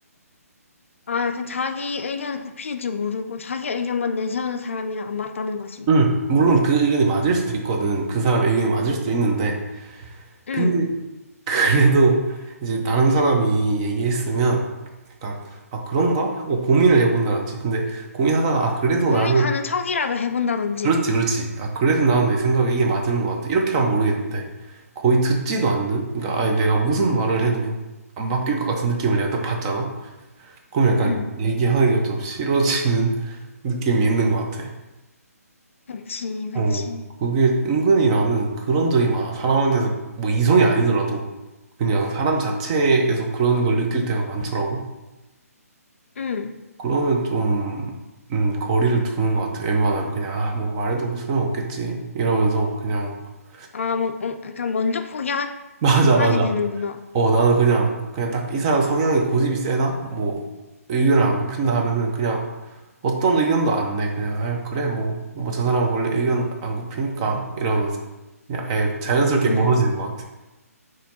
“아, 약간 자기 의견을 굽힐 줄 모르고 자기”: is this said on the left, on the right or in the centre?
Left